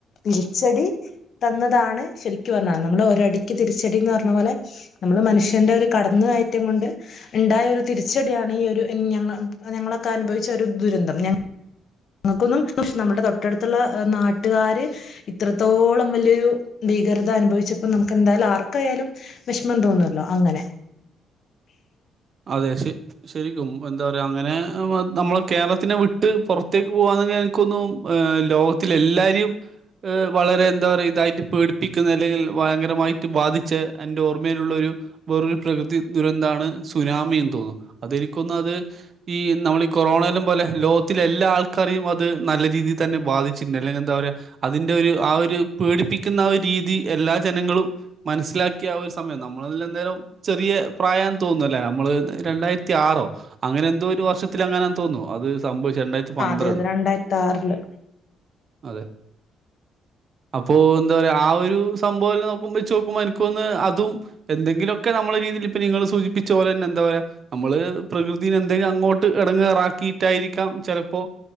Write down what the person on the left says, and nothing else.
തിരിച്ചടി. തന്നതാണ് ശരിക്കു പറഞ്ഞാ. നമ്മള് ഒരടിക്ക് തിരിച്ചടീന്ന് പറഞ്ഞ പോലെ. നമ്മള് മനുഷ്യന്റെ ഒരു കടന്നുകയറ്റം കൊണ്ട്. ഇണ്ടായ ഒരു തിരിച്ചടിയാണ് ഈ ഒരു എൻ ഞങ്ങ ഞങ്ങളൊക്കെ അനുഭവിച്ച ഒരു ദുരന്തം. ങ്ങക്കൊന്നും പ്രശ്, നമ്മുടെ തൊട്ടടുത്തുള്ള നാട്ടുകാര്. ഇത്രത്തോളം വല്ല്യൊരു ഭീകരത അനുഭവിച്ചപ്പോ നമുക്ക് എന്തായാലും ആർക്കായാലും. വിഷമം തോന്നല്ലോ, അങ്ങനെ.
അതായത് രണ്ടായിരത്താറില്.